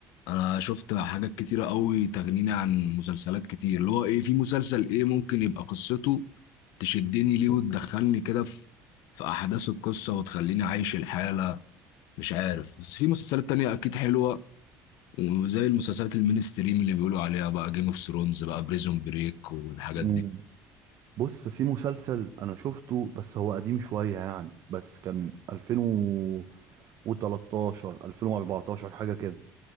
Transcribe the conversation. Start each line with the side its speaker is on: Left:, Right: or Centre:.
Left: أنا شفت حاجات كتيرة قوي تغنيني عن مسلسلات كتير اللي هو إيه في مسلسل إيه ممكن يبقى قصته تشدني ليه وتدخلني كده في في احداث القصه وتخليني عايش الحاله مش عارف بس في مسلسلات تانية اكيد حلوه وزي المسلسلات المينستريم اللي بيقولوا عليها بقى جيم اوف ثرونز بقى بريزون بريك والحاجات
Right: مم.
Left: دي
Right: بص في مسلسل انا شفته بس هو قديم شوية يعني بس كان 2013 2014 حاجة كده